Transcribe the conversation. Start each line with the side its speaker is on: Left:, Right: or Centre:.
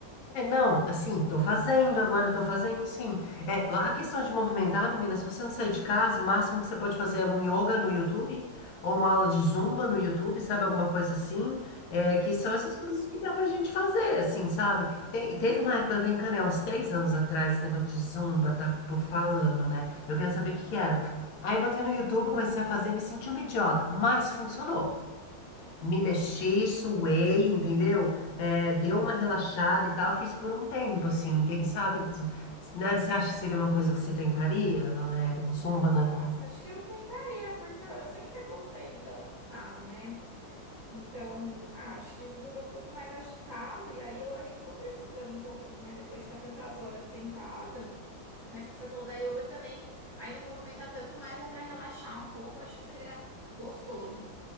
Left: É, não, assim, tô fazendo agora, tô fazendo sim. É, a questão de movimentar, menina, se você não sair de casa, o máximo que você pode fazer é um yoga no YouTube, ou uma aula de zumba no YouTube, sabe? Alguma coisa assim. É, que são essas coisas que dá pra gente fazer, assim, sabe? Tem- teve uma época, eu encanei, uns três anos atrás, esse negócio de zumba, tá pô, falando, né? Eu queria saber o que que era. Aí eu botei no YouTube, comecei a fazer, me senti uma idiota, mas funcionou me mexi, suei, entendeu? É, deu uma relaxada e tal, fiz por um tempo, assim, quem sabe, né? Você acha que seria uma coisa que você tentaria, Valério? Um zumba
Right: Nossa,
Left: na...
Right: acho que eu tentaria, porque eu, eu sempre gostei de dançar, né? Então, ah, acho que zumba é um pouco mais agitado, e aí eu acho que eu tô precisando um pouquinho, né? Depois de ficar tantas horas sentada. Mas o que você falou da yoga também, aí não movimenta tanto, mas é pra relaxar um pouco, acho que seria gostoso.